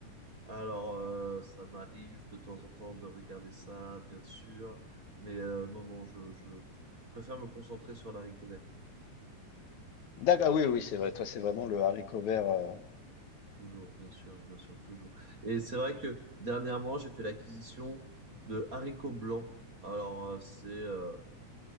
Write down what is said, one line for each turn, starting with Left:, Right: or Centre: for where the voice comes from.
Right: Alors, euh, ça m'arrive de temps en temps de regarder ça, bien sûr, mais euh, non, non, je, je, je préfère me concentrer sur l'haricot vert.
Left: D'accord, oui, oui, c'est vrai. Toi, c'est vraiment le haricot vert. euh.
Right: Toujours, bien sûr, bien sûr, toujours. Et c'est vrai que dernièrement, j'ai fait l'acquisition de haricots blancs. Alors, euh, c'est euh,